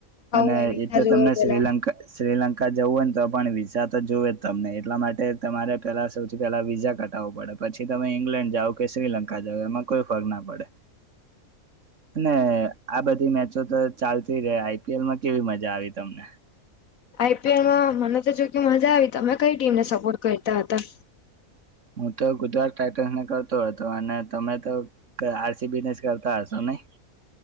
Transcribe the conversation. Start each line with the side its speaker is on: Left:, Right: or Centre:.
Left: આવું
Right: અને
Left: હોય વિઝા
Right: એ તો
Left: જોવે
Right: તમને
Left: પેલા
Right: શ્રીલંક શ્રીલંક કા જવું હોયે તો પણ વિઝા તો જોએજ તમને એટલા માટે તમારે પેલા સૌથી પેલા વિઝા કટાવું પડે. પછી તમે ઈંગ્લેન્ડ જાઓ કે શ્રીલંકા જાઓ એમાં કોઈ ફર ના પડે અને આ બધી મેચો તો ચાલતી રે આઈપીએલ માં કેવી મજા આવી તમને
Left: આઈપીએલમાં મને તો જો કે મજા આવી તમે કઈ ટીમને સપોર્ટ કરતા હતા.
Right: હું તો ગુજરાત ટાઈટન્સને કરતો હતો અને તમે તો આરસીબીને કરતા હશો નહી. <inaudible>